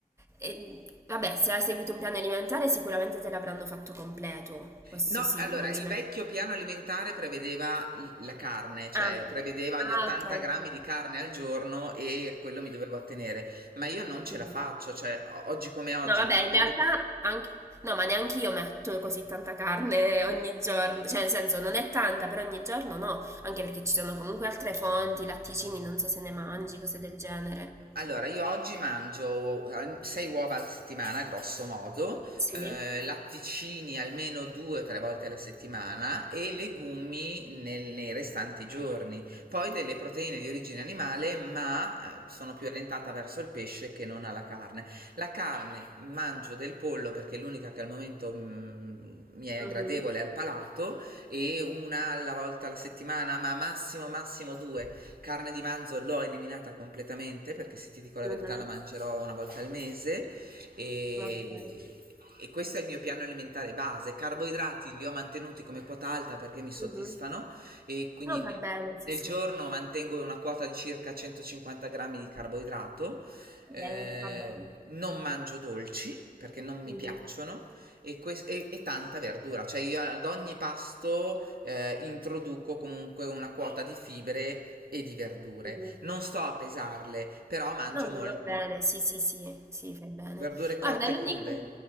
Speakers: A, on the right; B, on the right.
A: e- vabbè, se hai seguito un piano alimentare sicuramente te l'avranno fatto completo, questo
B: No,
A: sì,
B: allora,
A: non
B: il
A: ci metto...
B: vecchio piano alimentare prevedeva l- la carne, cioè
A: Ah,
B: prevedeva
A: ah,
B: gli 80
A: ok.
B: grammi
A: ok.
B: di carne al giorno e a quello mi dovevo attenere, ma io non ce
A: Mhm.
B: la faccio, cioè o- oggi come oggi,
A: No, vabbè,
B: non avendo...
A: in realtà
B: più
A: anche... No, ma neanche io metto così tanta carne ogni giorno, cioè nel senso non è tanta, però ogni giorno no, anche perché ci sono comunque altre fonti, latticini, non so se ne mangi, cose del genere.
B: Allora, io oggi mangio 6 uova alla settimana, grosso modo,
A: Sì.
B: eh, latticini almeno 2-3 volte alla settimana e legumi nel- nei restanti giorni. Poi delle proteine di origine animale, ma eh, sono più orientata verso il pesce che non alla carne. La carne mangio del pollo perché è l'unica che al momento mm, mi è
A: Mhm.
B: gradevole al palato e una alla volta alla settimana, ma massimo massimo due Carne di manzo l'ho eliminata completamente perché se ti dico la
A: Mh-mh.
B: verità la mangerò una volta al mese e,
A: Okay.
B: e questo è il mio piano alimentare base. Carboidrati li ho mantenuti come quota alta perché mi soddisfano
A: Mh-mh.
B: e quindi
A: No, fa
B: nel,
A: bene, sì,
B: nel
A: sì.
B: giorno mantengo una quota di circa 150 grammi di carboidrato.
A: Va
B: Eh,
A: bene, va bene.
B: non mangio dolci perché non mi
A: Mh-mh,
B: piacciono e, ques- e- e tanta verdura, cioè io ad ogni pasto eh, introduco comunque una quota di fibre e di verdure.
A: mh-mh.
B: Non sto a pesarle, però mangio
A: No, no,
B: molte
A: va bene, sì, sì, sì, sì, fai bene.
B: verdure
A: Guarda,
B: cotte
A: l'unico
B: crude